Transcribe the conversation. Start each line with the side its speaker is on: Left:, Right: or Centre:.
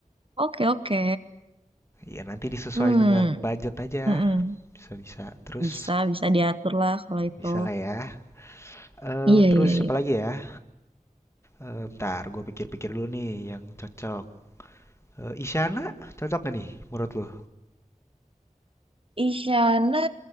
Right: oke, oke.
Left: Ya nanti disesuaikan
Right: Hmm,
Left: dengan budget aja.
Right: mm-mm.
Left: Bisa bisa. Terus
Right: Bisa, bisa diatur lah kalau itu.
Left: bisa lah ya. Eh
Right: Iya,
Left: terus
Right: iya,
Left: siapa
Right: iya.
Left: lagi ya? Eh bentar gue pikir-pikir dulu nih yang cocok. Eh Isyana cocok gak nih menurut lo?
Right: Isyana